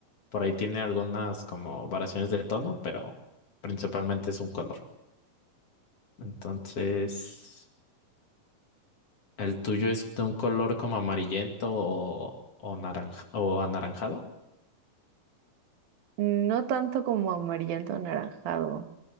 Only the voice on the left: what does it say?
Por ahí tiene algunas como variaciones de tono, pero principalmente es un color. Entonces, ¿el tuyo es de un color como amarillento o, o naranja o anaranjado?